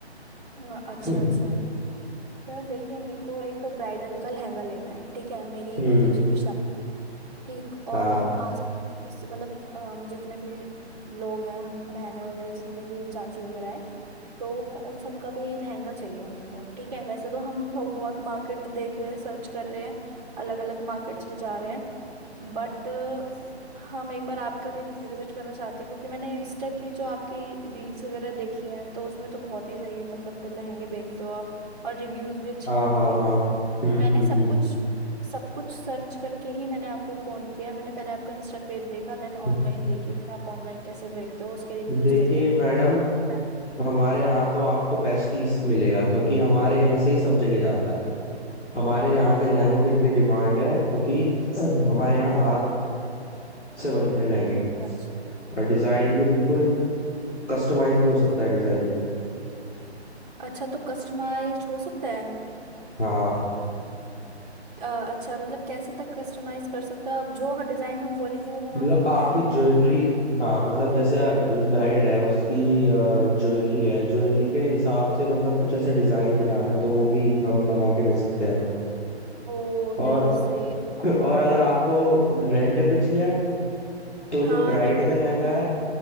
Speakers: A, on the right (about 40°); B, on the left (about 85°).
A: अ- अच्छा
B: हम्म
A: अच्छा ठीक है। सर देखिए मेरे को एक तो ब्राइडल का लहंगा लेना है ठीक है मेरी
B: हम्म,
A: भतीजी की शादी ठीक और
B: हाँ
A: हम आस उस- मतलब अम, जितने भी लोग हैं हम बहनें वगैरह जितने भी चाची वगैरह हैं तो उन सबका भी लहंगा चाहिए हमको ठीक है वैसे तो हम सब बहुत मार्केट देख रहे हैं सर्च कर रहे हैं अलग अलग मार्केट्स में जा रहे हैं बट हम एक बार आपका भी विजिट करना चाहते हैं क्योंकि मैंने इंस्टा की जो आपकी रील्स वगैरह देखी हैं तो उसमें तो बहुत ही सही मतलब लहंगे बेचते हो आप और रिव्यूज भी अच्छे
B: हाँ
A: हैं आपके
B: हाँ हाँ हम्म
A: मैंने
B: हम्म
A: सब कुछ सब कुछ सर्च करके ही मैंने आपको फोन किया मैंने पहले आपका इंस्टा पेज देखा देन ऑनलाइन
B: हम्म
A: देखी कि आप ऑनलाइन कैसे बेचते हो उसके रिव्यूज
B: देखिए
A: देखे
B: मैडम
A: तो मैं-
B: हमारे यहाँ तो आपको बेस्ट पीस मिलेगा क्योंकि हमारे यहीं से ही सब जगह जाता है हमारे यहाँ
A: हाँ
B: के लहंगों की इतनी डिमांड है क्योंकि <clears throat> हमारे यहाँ से बनते हैं लहंगे
A: अच्छा
B: और डिजाइन भी बिल्कुल कस्टमाइज भी हो सकता है डिजाइन भी
A: अच्छा, तो कस्टमाइज्ड हो सकता है
B: हाँ
A: अ, अच्छा मतलब कैसे तक कस्टमाइज कर सकते हो आप जो डिजाइन हम बोलेंगे वो बना
B: मतलब
A: सकते
B: आपकी
A: हैं
B: ज्वेलरी हाँ मतलब जैसे ब्राइड है उसकी ज्वेलरी है ज्वेलरी के हिसाब से मतलब कुछ ऐसा डिजाइन बनाना है तो वो भी हम बना के दे सकते हैं
A: ओ
B: और
A: नहीं सही है
B: और अगर आपको रेंट पे चाहिए तो
A: हाँ
B: जो ब्राइड
A: रेंट
B: का लहंगा है